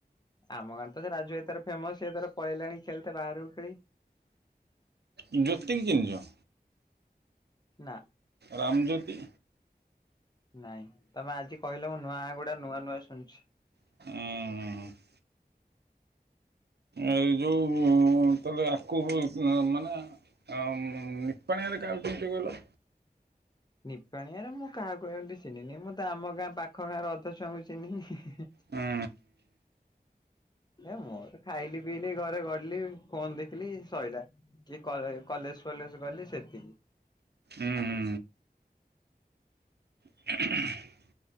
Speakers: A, on the left (about 25°); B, on the right (about 85°).
A: ଆମ ଗାଁ ତ ସେ ରାଜୁ ଭାଇ ତାର ଫେମସ ସେ ତାର ପଳେଇଲାଣି ଖେଳିତେ ବାହାରକୁ ଖେଳି
B: ଜ୍ୟୋତି କିଂ ଚିନିଚ?
A: ନା।
B: ରାମଜ୍ୟୋତି?
A: ନାଇଁ ତମେ ଆଜି କହିଲ ମୁଁ ନୂଆ ଗୁଡା ନୂଆ ନୂଆ ଶୁଣୁଛି।
B: ଉୁଁ। ଏ ଯୋଉ ଉଁ ତାହେଲେ ଆକୁ ମାନେ ଆଉଁ ନିପାଣିଆରେ କାହାକୁ ଚିନିଚ କହିଲ?
A: ନିପାଣିଆରେ ମୁଁ କାହାକୁ ଏମିତି ଚିନିନି ମୁଁ ତ ଆମ ଗାଁ ପାଖ ଗାଁର ଅଧେ ଛୁଆଙ୍କୁ ଚିହ୍ନିନି।
B: ହୁଁ
A: ଏ ମୋର ଖାଇଲି ପିଇଲି ଘରେ ଗଡିଲି ଫୋନ ଦେଖିଲି ସଇଲା। କି କଳେ କଲେଜ ଫଲେଜ ଗଲି ସେତିକି।
B: ଉୁଁ ହୁଁ। <inaudible>